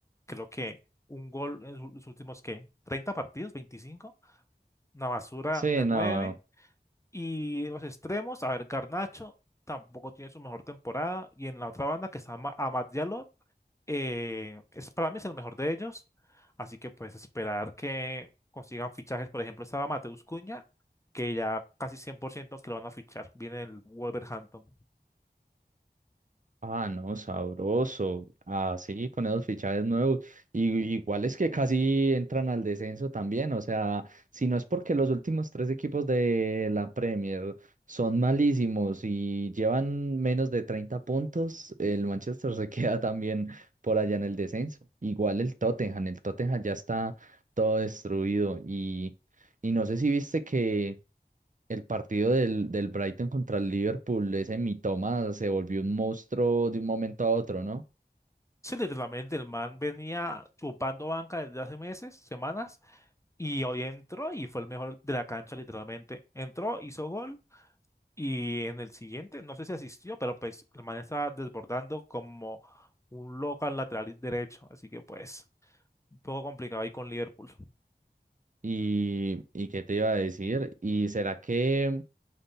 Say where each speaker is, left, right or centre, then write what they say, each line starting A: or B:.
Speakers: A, on the left; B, on the right.
A: creo que un gol en su- los últimos, ¿qué? treinta partidos? veinticinco Una basura
B: Sí,
A: de
B: no.
A: nueve Y los extremos, a ver, Garnacho tampoco tiene su mejor temporada. Y en la otra banda que está Ma- Amad Diallo, eh, es para mí es el mejor de ellos. Así que pues esperar que consigan fichajes. Por ejemplo, estaba Mateus Cunha, que ya casi 100% que lo van a fichar. Viene el Wolverhampton.
B: Ah, no, sabroso. Ah, sí, con esos fichajes nuevos. Y iguales que casi entran al descenso también. O sea, si no es porque los últimos tres equipos de la Premier son malísimos y llevan menos de 30 puntos, el Manchester se <laughs> queda también por allá en el descenso. Igual el Tottenham, el Tottenham ya está todo destruido. Y, y no sé si viste que el partido del, del Brighton contra el Liverpool, ese Mitoma se volvió un monstruo de un momento a otro, ¿no?
A: Sí, literalmente el man venía chupando banca desde hace meses, semanas, y hoy entró y fue el mejor de la cancha, literalmente. Entró, hizo gol y en el siguiente, no sé si asistió, pero pues el man estaba desbordando como un loco al lateral derecho, así que pues un poco complicado ahí con Liverpool.
B: Y, ¿y qué te iba a decir? ¿Y será que,